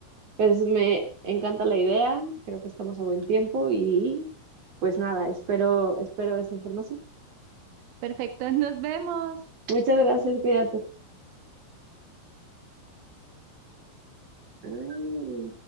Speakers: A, on the right; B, on the right.
A: Pues me encanta la idea, creo que estamos a buen tiempo y pues nada, espero, espero esa información.
B: Perfecto, nos vemos.
A: Muchas gracias, cuídate. Ay.